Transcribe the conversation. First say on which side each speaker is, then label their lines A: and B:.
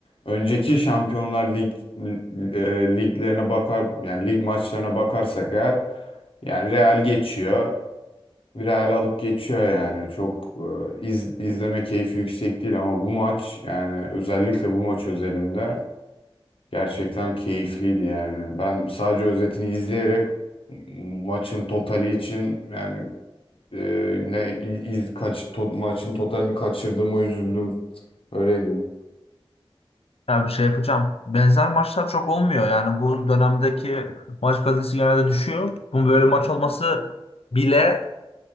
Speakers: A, on the left; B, on the left.
A: önceki Şampiyonlar Lig e, liglerine bakar yani lig maçlarına bakarsak eğer yani Real geçiyor. Real alıp geçiyor yani. Çok e, iz, izleme keyfi yüksek değil ama bu maç yani özellikle bu maç özelinde gerçekten keyifliydi yani. Ben sadece özetini izleyerek maçın totali için yani e, ne i- iz kaç to- maçın totalini kaçırdığıma üzüldüm. Öyle diyeyim.
B: Yani bir şey yapacağım. Benzer maçlar çok olmuyor. Yani bu dönemdeki maç kalitesi genelde düşüyor. Bunun böyle maç olması bile